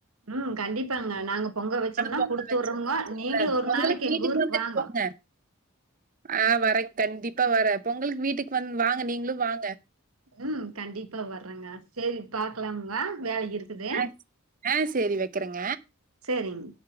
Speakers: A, on the right (about 75°); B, on the right (about 40°).
A: ம் கண்டிப்பாங்க நாங்க பொங்க வெச்சம்னா
B: பொங்கல்
A: குடுத்து
B: வச்சு
A: விற்றமுங்கோ
B: குடுத்து விடுறேன்.
A: நீங்களு ஒரு
B: பொங்கலுக்கு
A: நாளைக்கு எங்
B: வீட்டுக்கு
A: ஊருக்கு
B: வந்துட்டு
A: வாங்கோ
B: போங்க. ஆ வரங்க கண்டிப்பா வர பொங்கலுக்கு வீட்டுக்கு வந் வாங்க நீங்ளு வாங்க
A: ம் கண்டிப்பா வர்றங்க செரி பாக்லாமுங்க வேலை இருக் குது
B: ஆ ஆ சரி வைக்கிறேங்க.
A: செரிங்